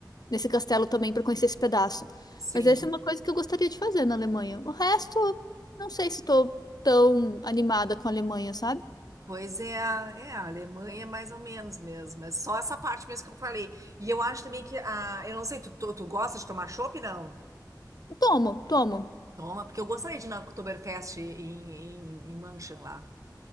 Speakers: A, on the left; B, on the right.
A: nesse castelo também para conhecer esse pedaço.
B: Sim.
A: Mas essa é uma coisa que eu gostaria de fazer na Alemanha. O resto, não sei se estou tão animada com a Alemanha, sabe?
B: Pois é, é, a Alemanha é mais ou menos mesmo, é só essa parte mesmo que eu falei. E eu acho também que, a, eu não sei, tu, tu, tu gosta de tomar chopp, não?
A: Tomo, tomo.
B: Toma, porque eu gostaria de ir na Oktoberfest em, em, em München lá.